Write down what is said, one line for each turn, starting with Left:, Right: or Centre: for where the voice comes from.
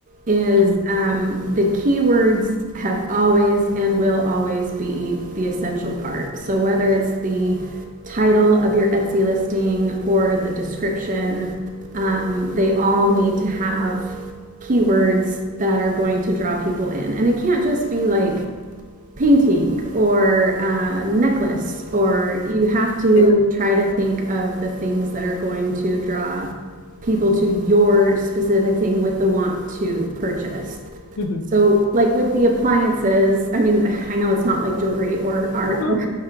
Right: is
Left: Mhm.
Right: um, the keywords have always and will always be the essential part. So whether it's the title of your Etsy listing or the description, um, they all need to have keywords that are going to draw people in. And it can't just be like painting or a necklace, or you have to
Left: Yeah.
Right: try to think of the things that are going to draw people to your specific thing with the want to purchase.
Left: Mhm.
Right: So, like with the appliances, I mean, I know it's not like jewelry or art,
Left: Oh,